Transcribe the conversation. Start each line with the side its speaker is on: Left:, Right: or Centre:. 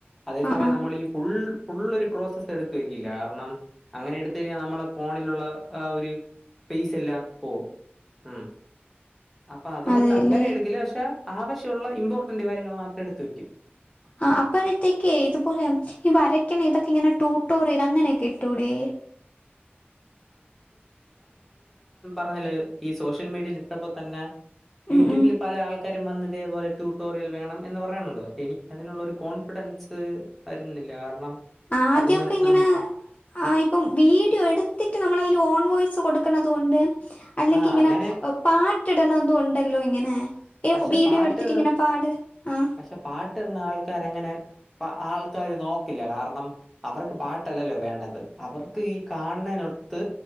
Centre: അതേ
Left: ആ
Centre: സമയം
Left: ആ
Centre: നമ്മൾ ഈ ഫുൾ ഫുളളൊരു പ്രോസസ്സ് എടുത്തത്ത് വയ്ക്കില്ല കാരണം അങ്ങനെ എടുത്ത കഴിഞ്ഞാൽ നമ്മളെ ഫോണിലുള്ള ഫു ആ ഒരു സ്പെയസ് എല്ലാം പോവും ആ അപ്പൊ അതുകൊണ്ട്
Left: അതെയല്ലേ
Centre: അങ്ങനെ എടുക്കല പക്ഷെ ആവശ്യമുള്ള ഇമ്പോർട്ടന്റ് കാര്യങ്ങൾ മാത്രം എടുത്ത വെക്കും
Left: ആഹ അപ്പഴത്തേക്ക ഇതുപോലെ ഈ വരക്കണെ ഇതൊക്കെ ഇങ്ങനെ ടൂട്ടോറ് ഇത അങ്ങനെയൊക്കെ ഇട്ടുടെ.
Centre: പറഞ്ഞല് ഈ സോഷ്യൽ മീഡിയൽ ഇട്ടപ്പോ തന്നെ
Left: ഉം
Centre: യൂട്യൂബില്
Left: ഉം
Centre: പല ആൾക്കാ ആൾക്കര വന്ന്‌ ഇതേപോലെ ട്യൂട്ടോറിയൽ വേണം എന്ന് പറയു ന്നുണ്ട്. പക്ഷെ എനി അതിനുള്ള ഒരു കോൺഫിഡൻസ് വരുന്നില്ല കാരണം
Left: ആദ്യൊക്കെ
Centre: അതിന്
Left: ഇങ്ങനെ
Centre: നം
Left: ആ ഇപ്പം വീഡിയോ എടുത്ത് എടുത്തിട്ട് നമ്മളതിൽ ഓൺ വോയ്സ് കൊടുക്കണതുണ്ട് അല്ലെങ്കിൽ
Centre: ആ
Left: ഇങ്ങനെ
Centre: അങ്ങനെ
Left: പാ കെട്ടിടണന്നും ഉണ്ടല്ലോ ഇങ്ങനെ ഏ
Centre: പക്ഷെ
Left: വീഡിയോ
Centre: പാട്ട്
Left: എടുത്തിട്ട് ഇങ്ങനെ പാട് ആ
Centre: പക്ഷെ പാട്ടിടണ ആൾക്കാര അങ്ങനെ അ ആൾക്കാര്നോക്കില്ല കാരണം. അവർക്ക് പാട്ടല്ലല്ലോ വേണ്ടത് അവർക്ക് ഈ കാണണനൊടുത്ത്